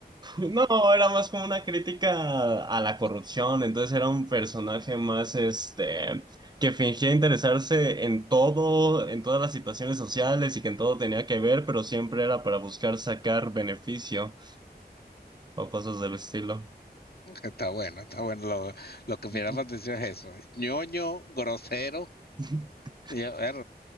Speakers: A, on the right (about 25°); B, on the left (about 65°).
A: No, era más como una crítica a la corrupción,
B: <laughs>
A: entonces era un personaje más este que fingía interesarse en todo, en todas las situaciones sociales y que en todo tenía que ver, pero siempre era para buscar sacar beneficio o cosas del estilo.
B: Está bueno, está bueno. Lo, lo que me
A: Ujú.
B: llama la atención es eso. eh. Ñoño, grosero.
A: <laughs>
B: y- er,